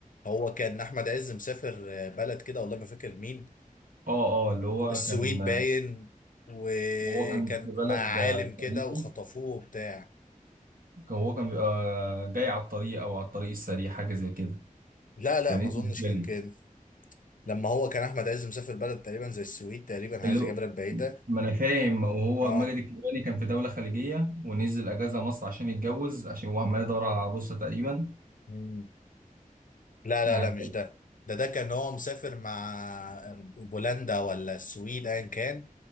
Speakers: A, on the left; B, on the right.
A: هو كان احمد عز مسافر آه، بلد كده والله ما فاكر مين
B: اه اه اللي هو
A: السويد
B: كان
A: باين وكان
B: وهو كان في بلد
A: مع عالم كده
B: خليجي
A: وخطفوه وبتاع
B: كان- هو كان بيبقى جاي على الطريق او على الطريق السريع حاجة زي كده
A: لا لا
B: كان
A: ما
B: اسم
A: اظنش
B: الفيلم
A: كان كده لما هو كان احمد عز مسافر بلد تقريبا زي السويد تقريبا حاجه
B: اللي
A: زي
B: هو-
A: كده بلد بعيده
B: ما انا فاهم وهو
A: اه
B: ماجد الكدواني كان في دولة خليجية ونزل اجازة مصر عشان يتجوز عشان هو عمال يدور على عروسة تقريبا
A: مم. لا لا
B: يعني
A: لا مش ده ده ده كان هو مسافر مع بولندا ولا السويد ايا كان